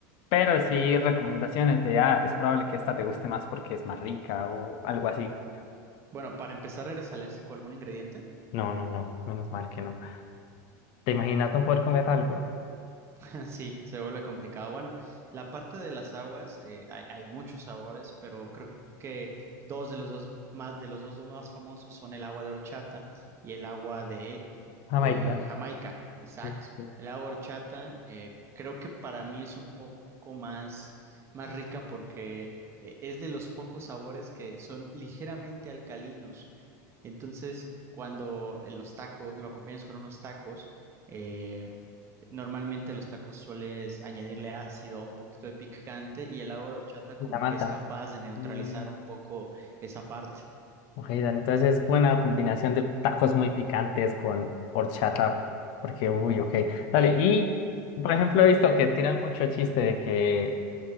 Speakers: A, on the left (about 55°); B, on the right (about 25°).
A: Pero sí recomendaciones de, ah, es probable que esta te guste más porque es más rica o algo así.
B: Bueno, para empezar, ¿eres alérgico a algún ingrediente?
A: No, no, no, menos mal que no. ¿Te imaginas no poder comer algo?
B: <laughs> Sí, se vuelve complicado. Bueno, la parte de las aguas, eh, hay, hay muchos sabores, pero creo que dos de los dos más, de los dos más famosos son el agua de horchata y el agua de
A: Jamaica,
B: eh, Jamaica. Exacto.
A: sí, sí,
B: El agua de horchata, eh, creo que para mí es un poco más, más rica porque eh, es de los pocos sabores que son ligeramente alcalinos. Entonces, cuando eh, los tacos, lo acompañas con unos tacos, eh, Normalmente a los tacos sueles añadirle ácido o un poquito de picante y el agua de horchata como
A: la mata.
B: que es capaz de neutralizar
A: Mm,
B: un poco esa parte.
A: ok, dale, entonces es buena combinación de tacos muy picantes con horchata, porque, uy, ok. Dale, y por ejemplo he visto que tiran mucho chiste de que